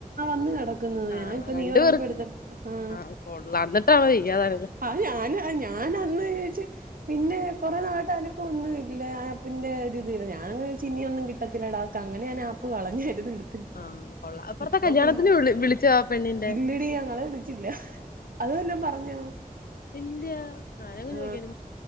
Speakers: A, on the right; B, on the left.
A: വന്ന് കെട ക്ക്ന്നത്
B: ആഹ്
A: ഞാനിപ്പ
B: രണ്ടു
A: നീ പറഞപ്പോ
B: പേർക്കും
A: എടുത്ത ആ
B: ആഹ് കൊള്ളാം എന്നിട്ടാണോ ചെയ്യാതായത്
A: അത് ഞാന് ആ ഞാൻ അന്ന് ചോദിച്ചച്ച് പിന്നെ കൊറെ നാട്ട അനക്ക് ഒന്നുംല്ല ഇല്ല ആപ്പിന്റെ ഒരു ഇതില്ല ഞാന ചിനിയ ഒന്നും കിട്ടത്തില്ല ഇടാർക്ക് അങ്ങനെഞാൻ ആപ്പ് കളഞ്ഞായിരുന്നു എ
B: ആഹ് കൊള്ളാം അപ്പറത്തെ
A: ഇപ്പൊ
B: കല്യാണത്തിന്
A: പി
B: വിളി വിളിച്ചോ ആ പെണ്ണിന്റെ
A: ഇല്ലടി ഞങ്ങളെ വിളിച്ചില്ല അത വെല്ലാം പറഞ്ഞോ
B: ഇല്ല ആരെങ്ങും
A: ആ
B: ചോദിക്കാനും